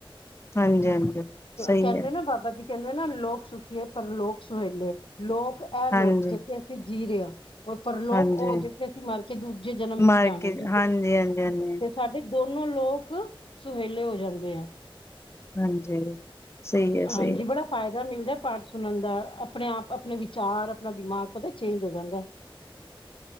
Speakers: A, on the left; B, on the left.
A: ਹਾਂਜੀ ਹਾਂਜੀ ਸਹੀ
B: ਕਹਿੰਦੇ
A: ਹੈ
B: ਨਾ ਬਾਬਾ ਜਾ। ਕਹਿੰਦੇ ਨਾ ਲੋਕ ਸੁਖੀਏ ਪਰ ਲੋਕ ਸੁਹੇਲੇ ਲੋਕ ਇਹ
A: ਹਾਂਜੀ
B: ਲੋਕ ਜਿੱਥੇ ਅਸੀਂ ਜੀ ਰਹੇ ਹਾਂ। ਪਰਲੋਕ
A: ਹਾਂਜੀ
B: ਉਹ ਜਿੱਥੇ ਅਸੀਂ ਮਰ ਕੇ ਦੂਜੇ ਜਨਮ ਵਿੱਚ
A: ਮਾਰਕੀਟ
B: ਜਾਣਾ ਦੂਜੇ,
A: ਹਾਂਜੀ ਹਾਂਜੀ ਹਾਂਜੀ
B: ਤੇ ਸਾਡੇ ਦੋਨੋ ਲੋਕ ਸੁਹੇਲੇ ਹੋ ਜਾਂਦੇ ਐ।
A: ਹਾਂਜੀ, ਸਹੀ ਹੈ
B: ਹਾਂਜੀ,
A: ਸਹੀ ਹੈ
B: ਬੜਾ ਫ਼ਾਇਦਾ ਮਿਲਦਾ ਪਾਠ ਸੁਣਨ ਦਾ ਦਾ ਆਪਣੇ ਆਪ ਆਪਣੇ ਵਿਚਾਰ ਆਪਣਾ ਦਿਮਾਗ ਪਤਾ ਚੇਂਜ ਹੋ ਜਾਂਦਾ। <unintelligible>